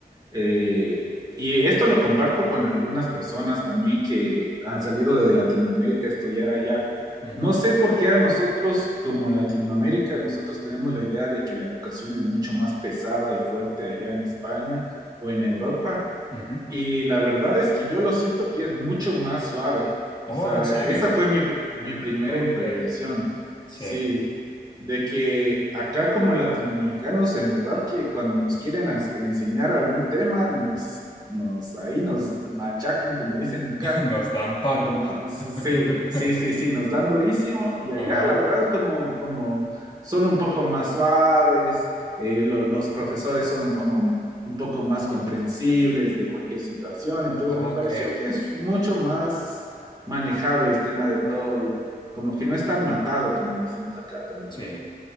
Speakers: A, on the right (about 25°); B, on the left (about 25°).
A: Eh, y esto lo comparto con algunas personas también que han salido de Latinoamérica a estudiar allá.
B: Ujú,
A: No sé por qué a nosotros, como Latinoamérica, nosotros tenemos la idea de que la educación es mucho más pesada y fuerte allá en España o en Europa,
B: ujú.
A: Y la verdad es que yo lo siento que es mucho más suave.
B: Oh,
A: O sea,
B: ¿en serio?
A: esa fue mi, pr- mi primera
B: Ok,
A: impresión.
B: sí.
A: Sí, de que acá como latinoamericanos, en verdad que cuando nos quieren as- enseñar algún tema, nos, nos, ahí nos machacan, como dicen acá.
B: <laughs> Nos dan palo.
A: Como, sí,
B: <laughs>
A: sí, sí, sí, nos dan durísimo y allá
B: Ajá.
A: la verdad es como, como son un poco más suaves, eh, lo- los profesores son un- como un, un poco más comprensibles de cualquier situación, entonces
B: Ok.
A: me pareció que es mucho más manejable el tema de todo, el- como que no es tan matado como decimos acá también.
B: Sí,